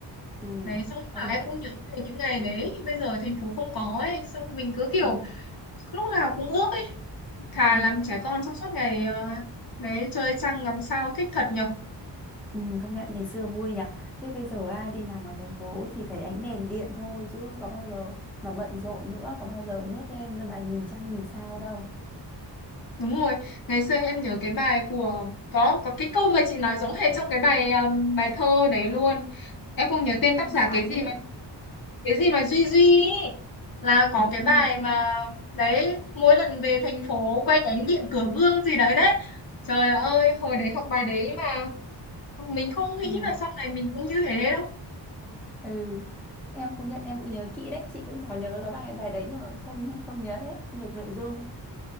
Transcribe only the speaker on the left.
đấy xong lúc
nào em
cũng nhớ về những ngày đấy bây giờ thành phố không có ấy xong mình cứ kiểu
lúc nào cũng ước ấy thà
làm trẻ con trong suốt ngày ờ, đấy chơi trăng ngắm sao thích thật nhở
Đúng rồi, ngày xưa em nhớ cái bài của có có cái câu mà chị nói giống hệt trong cái bài um, bài thơ đấy luôn. Em không nhớ tên tác
giả
cái gì
mà
cái gì mà Duy Duy ý. là có
cái
bài mà đấy mỗi lần về thành phố quay ánh điện cửa gương gì đấy đấy. Trời ơi, hồi
đấy học bài đấy mà mình không nghĩ
là sau này mình cũng như thế đâu.